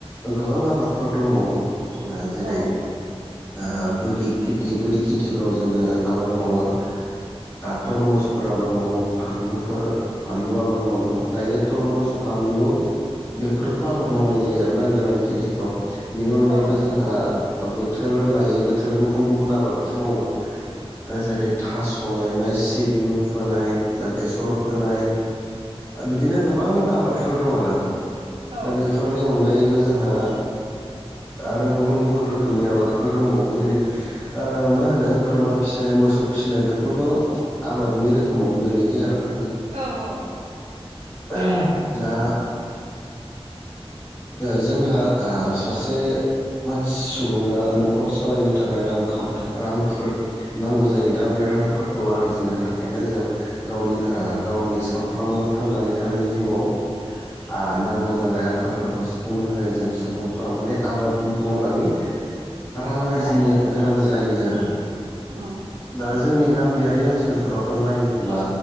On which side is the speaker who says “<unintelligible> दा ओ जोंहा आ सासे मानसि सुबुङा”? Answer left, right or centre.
Left